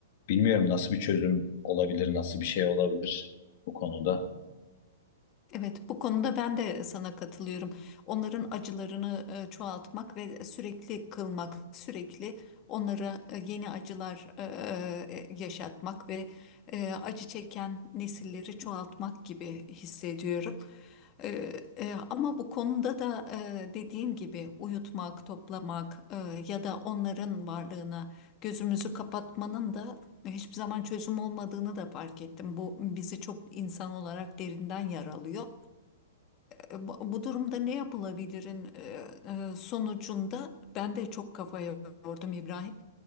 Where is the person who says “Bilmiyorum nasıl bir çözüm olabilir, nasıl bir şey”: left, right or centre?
Left